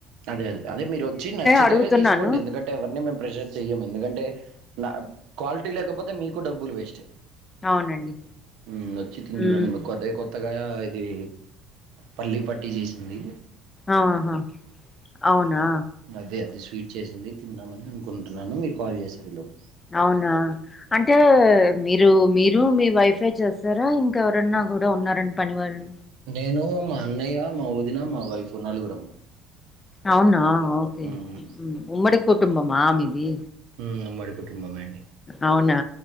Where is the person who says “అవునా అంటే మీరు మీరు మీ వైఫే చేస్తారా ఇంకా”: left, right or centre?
Left